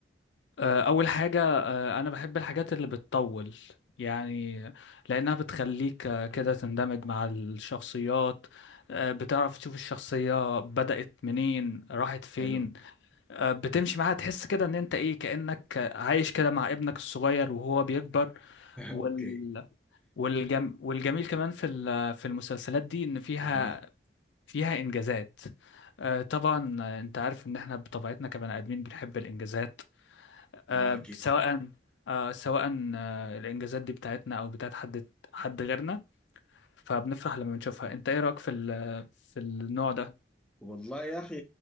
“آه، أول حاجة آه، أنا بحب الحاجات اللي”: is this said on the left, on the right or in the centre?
Left